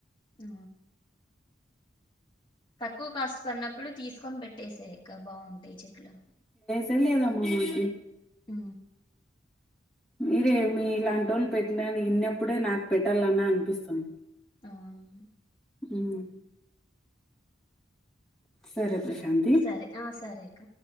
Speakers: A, on the left; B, in the centre.
A: ఆ తక్కువ కాస్ట్ పన్నప్పుడు తీసుకొని పెట్టేసేయ్ ఇంకా బాగుం ఈ చెట్లు
B: తెలియదు అమ్మ మాకి
A: ఆ
B: మీరే మీ లాంటోళ్లు పెట్టిననీ విన్నప్పుడే నాకు పెట్టాలని అనిపిస్తుంది
A: అవున
B: హ్మ్ సరే ప్రశాంతి
A: సరే ఆ సరే అక్క